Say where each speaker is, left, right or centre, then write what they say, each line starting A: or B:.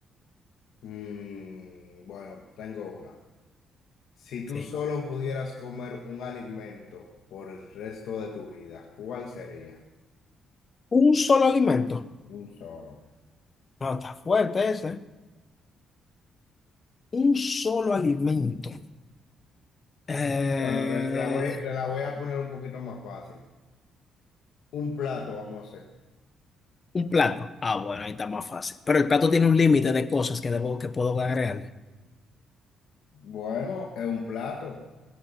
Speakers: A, on the left; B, on the left.
A: Mm, bueno, tengo una. Si tú
B: sí.
A: solo pudieras comer un alimento por el resto de tu vida, ¿cuál sería?
B: Un solo alimento.
A: Un solo.
B: No, está fuerte ese. Un solo alimento. Eh,
A: Bueno, te, te la voy, te la voy a poner un poquito más fácil. Un plato, vamos a hacer.
B: Un plato. Ah, bueno, ahí está más fácil. Pero
A: Sí.
B: el plato tiene un límite de cosas que debo, que puedo agregarle.
A: Bueno, es un plato,